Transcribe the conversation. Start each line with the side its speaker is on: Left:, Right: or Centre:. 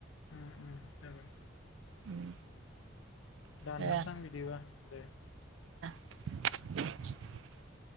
Left: उम उम जाबाय।
Right: उम।
Left: दाननोसो
Right: दे
Left: आं बिदिबा दे।
Right: <unintelligible>